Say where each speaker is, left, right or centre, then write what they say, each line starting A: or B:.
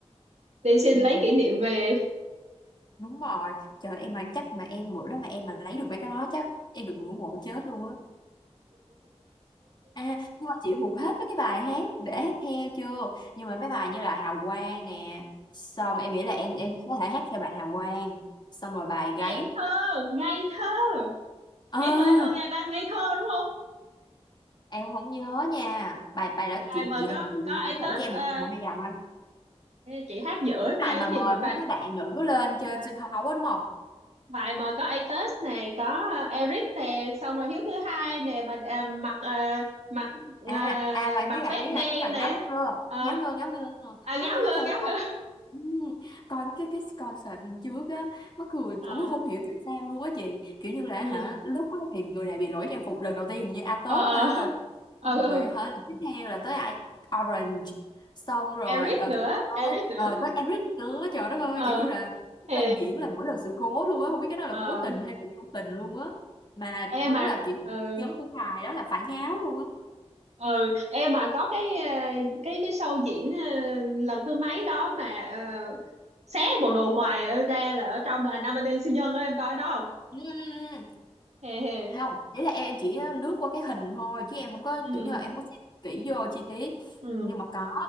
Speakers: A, on the right; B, on the left.
A: đi xin
B: ừ
A: lấy kỷ niệm về
B: đúng rồi trời em mà chắc mà em bữa đó mà em mà lấy được mấy cái đó chắc em được ngưỡng mộ chết luôn á À, nhưng mà chị thuộc hết mấy cái bài hát để hát theo chưa? Nhưng mà mấy bài như là Hào Quang nè, xong em nghĩ là em em có thể hát theo bài Hào Quang, xong rồi bài
A: ngây
B: gáy.
A: thơ ngây thơ
B: Ờ,
A: ngây thơ ngây thơ ngây ta ngây thơ đúng không
B: em không nhớ nha. Bài bài đó
A: bài
B: chị
A: mà
B: chị
A: có
B: chị
A: có Atos
B: nhắc thử cho em
A: ờ,
B: một, một hai dòng anh.
A: chị hát giữa ra
B: Bài
A: cái
B: mà mời
A: gì mà
B: mấy
A: bài
B: cái bạn nữ lên trên sân khấu á đúng không?
A: bài mà có Atos này có ờ, Eric nè xong rồi Hiếu thứ hai nè mà ờ, mặc ờ, mặc ờ,
B: à à rồi em
A: mặc
B: biết rồi
A: vest
B: em biết rồi
A: đen
B: em biết rồi
A: nè
B: ngáo ngơ
A: Ờ,
B: ngáo ngơ ngáo ngơ
A: à ngáo
B: Ôi,
A: ngơ
B: trời
A: ngáo
B: ơi.
A: ngơ
B: Ừ, Còn cái cái concert trước á mắc cười
A: Ờ,
B: ủa không hiểu tại sao luôn á chị kiểu như là
A: ừ
B: hả lúc á thì người này bị lỗi trang phục lần đầu tiên hình như A Tết
A: ờ ờ
B: ha
A: ờ
B: xong rồi
A: ờ.
B: hả lần tiếp theo là tới ai Orange xong rồi
A: Eric
B: đợt
A: nữa
B: tới
A: Eric nữa
B: ờ, tới Eric nữa trời đất ơi
A: ờ
B: kiểu như là mỗi
A: thì
B: lần diễn là mỗi lần sự cố luôn á không biết cái đó là
A: ờ
B: cố tình hay là vô tình luôn á mà
A: em
B: đúng
A: mà
B: là kiểu
A: ừ
B: nhấn của ngài đó là phải ngáo luôn á
A: ừ em mà có cái ờ, cái cái show diễn ờ, lần thứ mấy đó mà uh, xé bộ đồ ngoài ở ra là ở trong là anh nam anh em siêu nhân á em coi đó không
B: Ừ, ừ, ừ.
A: hề hề
B: không đấy là em em chỉ ờ, lướt qua cái hình thôi chứ em không có
A: ừ
B: kiểu như là em không có xem kỹ vô chi tiết
A: ừ
B: nhưng mà có